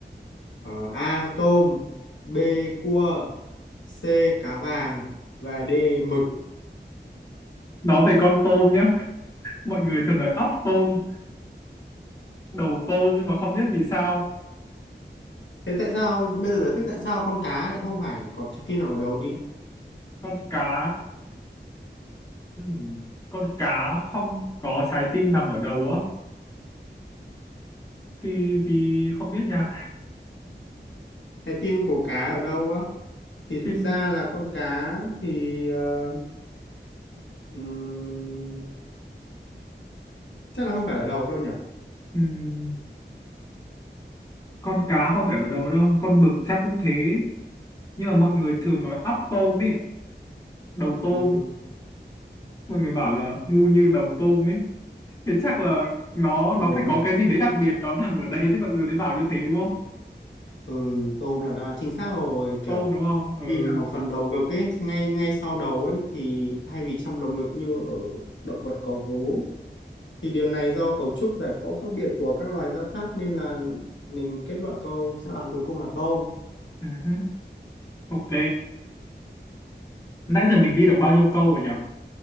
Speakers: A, on the left; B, on the left.
A: Ờ, A tôm B cua C cá vàng và D mực
B: nói về con tôm nhá mọi người thường nói óc tôm đầu tôm nhưng mà không biết vì sao
A: thế tại sao bây giờ giải thích tại sao con cá lại không phải có trái tim nằm ở đầu đi
B: con cá ừ. con cá không có trái tim nằm ở đầu á thì thì không biết nha
A: trái tim của cá ở đâu á thì thực
B: phim
A: ra là con cá thì ờ, ừm, chắc là không phải ở đầu đâu nhỉ
B: ừm, con cá không phải ở đầu đâu con mực chắc cũng thế nhưng mà mọi người thường nói ắp tôm ấy đầu
A: Ừm,
B: tôm mọi người bảo là ngu như đầu tôm ấy thì chắc là nó nó
A: ừ,
B: phải có cái gì đấy đặc biệt nó nằm ở đấy nên mọi người mới bảo như thế đúng không
A: ừ, tôm là đã chính xác rồi kiểu
B: tôm đúng không ừ
A: tim nào phần đầu ngực ấy ngay ngay sau đầu ấy thì thay vì trong lồng ngực như ở động vật có vú thì điều này do cấu trúc giải phẫu khác biệt của các loài giáp sát nên là mình kết luận câu đáp án cuối cùng là tôm
B: ừ hứ. ok nãy giờ mình đi được bao nhiêu câu rồi nhỉ